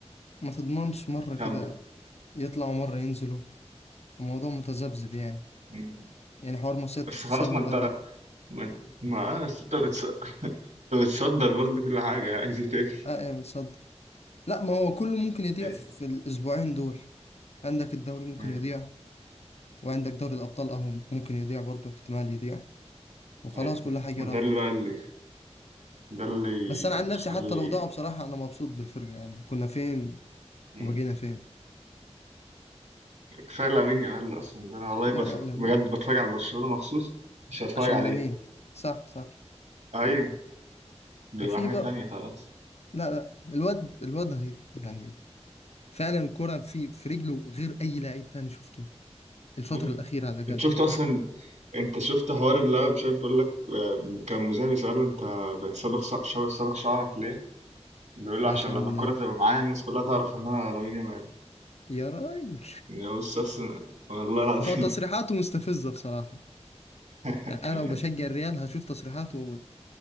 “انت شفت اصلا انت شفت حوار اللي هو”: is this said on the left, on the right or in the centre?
Right